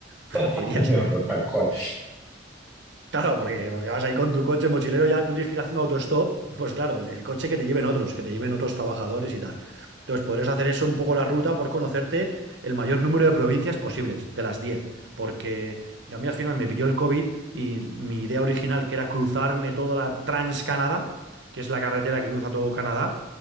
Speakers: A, on the right (about 65°); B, in the centre.
A: <laughs> Porque
B: <laughs>
A: irías
B: tal cual.
A: Claro, porque, porque vas ahí con tu coche mochilero, ya tú tienes que ir haciendo autostop, pues claro, el coche que te lleven otros, que te lleven otros trabajadores y tal. Entonces podrás hacer eso un poco la ruta por conocerte el mayor número de provincias posibles, de las 10, porque yo a mí al final me pilló el COVID y mi idea original, que era cruzarme toda la Trans-Canadá, que es la carretera que cruza todo Canadá,